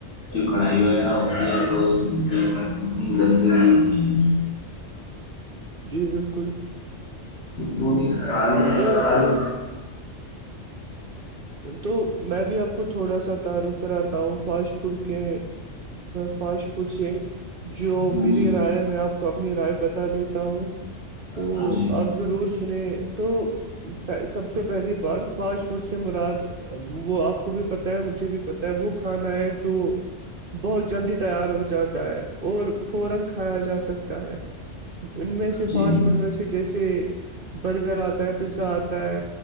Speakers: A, on the left; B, on the right.
A: جو کڑھائی وغیرہ ہوتی ہے تونی گندگی ہوتی ہے
B: جی بالکل
A: پور کال
B: تو
A: کالے
B: تو میں بھی آپ کو تھوڑا سا تعارف کراتا ہوں فاسٹ فوڈ کے فاسٹ فوڈ سے جو
A: ہاں
B: میری
A: جی
B: رائے ہے میں آپ کو اپنی رائے بتا دیتا ہوں تو
A: ہاں جی
B: اب ضرور سنے تو سب سے پہلی بات فاش مراد وہ آپ کو بھی پت ہے مجھے بھی پتا ہے وہ کھانا ہے جو بہت جلدی تیار ہو جاتا ہے اور فورا کھایا جا سکتا ہے ان میں
A: ہاں
B: سے فاسٹ
A: جی
B: فوڈ میں سے جیسے برگر آتا ہے پیزا آتا ہے